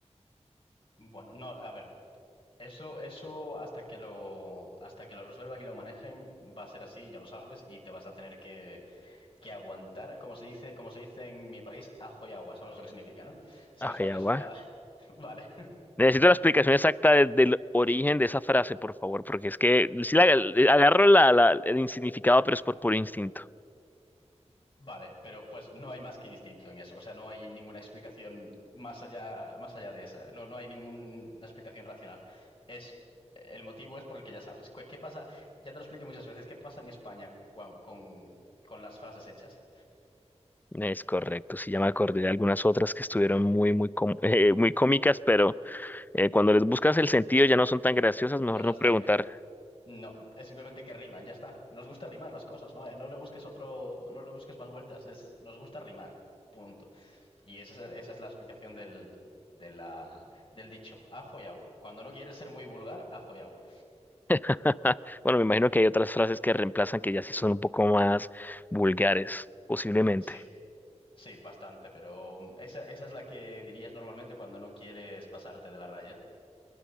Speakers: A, on the left (about 50°); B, on the left (about 15°).
A: bueno, no, a ver. Eso, eso hasta que lo, hasta que lo resuelvan y lo manejen, va a ser así, ya lo sabes, y te vas a tener que, que aguantar, como se dice, como se dice en mi país, ajo y agua, sabes lo que significa, ¿no? ¿Sabes
B: Ah,
A: cuál
B: ya
A: es
B: va.
A: la...? <laughs> Vale,
B: Necesito la explicación exacta de- del origen de esa frase, por favor, porque es que sí la, agarro la, la- el significado, pero es por puro instinto.
A: vale, pero pues no hay más que instinto en eso, o sea, no hay ninguna explicación más allá, más allá de esa, no, no hay ninguna explicación racional. Es, el motivo es por el que ya sabes. ¿Qué, qué pasa? Ya te lo expliqué muchas veces, ¿qué pasa en España cuan- con, con las frases hechas?
B: Es correcto, sí, ya me acordé de algunas otras que estuvieron muy, muy, com- <laughs> eh, muy cómicas, pero eh, cuando les buscas el sentido ya no son tan graciosas,
A: No
B: mejor
A: las
B: no preguntar.
A: tienen. No, es simplemente que riman, ya está. Nos gusta rimar las cosas, ¿no? Eh, No le busques otro, no le busques más vueltas, es, nos gusta rimar, punto. Y esa es, esa es la explicación del, de la, del dicho, ajo y agua. Cuando no quieres ser muy vulgar, ajo y agua.
B: <laughs> Bueno, me imagino que hay otras frases que reemplazan que ya sí son un poco más vulgares, posiblemente.
A: Sí, sí, bastante, pero mm, esa, esa es la que dirías normalmente cuando no quieres pasarte de la raya.